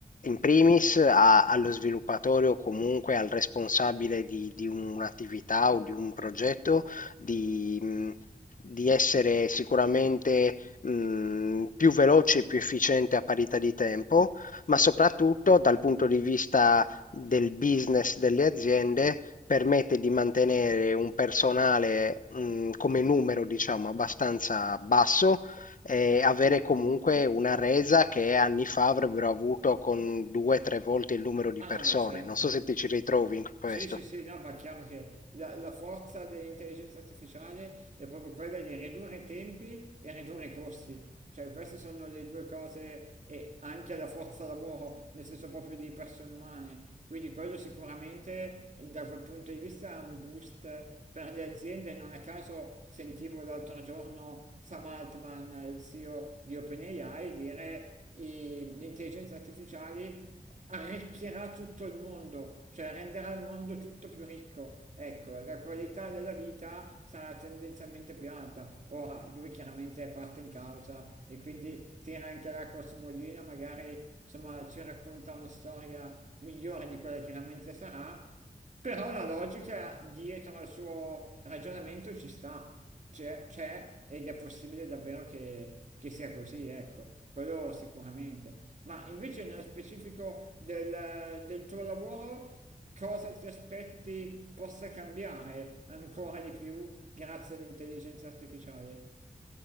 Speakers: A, on the left; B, on the right.
A: in primis a- allo sviluppatore o comunque al responsabile di, di un'attività o di un progetto di, mh, di essere sicuramente mh, più veloce e più efficiente a parità di tempo,
B: cioè-
A: ma soprattutto dal punto di vista del business delle aziende permette di mantenere un personale mh, come numero, diciamo, abbastanza basso e avere comunque una resa che anni fa avrebbero avuto con due o tre volte il numero di
B: ah
A: persone.
B: no, beh, certo.
A: Non so se ti ci ritrovi in questo.
B: Sì, sì, sì, no, ma è chiaro che la, la forza dell'intelligenza artificiale è proprio quella di ridurre i tempi e ridurre i costi. Cioè, queste sono le due cose, e anche la forza lavoro, nel senso proprio di persone umane. Quindi quello sicuramente da quel punto di vista è un boost per le aziende. Non a caso sentivo l'altro giorno Sam Altman, il CEO di OpenAI, dire e l'intelligenza artificiale arricchirà tutto il mondo, cioè renderà il mondo tutto più ricco. Ecco, la qualità della vita sarà tendenzialmente più alta. Ora, lui chiaramente è parte in causa e quindi tira anche l'acqua sul mulino, magari insomma ci racconta una storia migliore di quella che realmente sarà, però la logica dietro al suo ragionamento ci sta, c'è, c'è ed è possibile davvero che, che sia così, ecco, quello sicuramente. Ma invece nello specifico del, del tuo lavoro, cosa ti aspetti possa cambiare ancora di più grazie all'intelligenza artificiale?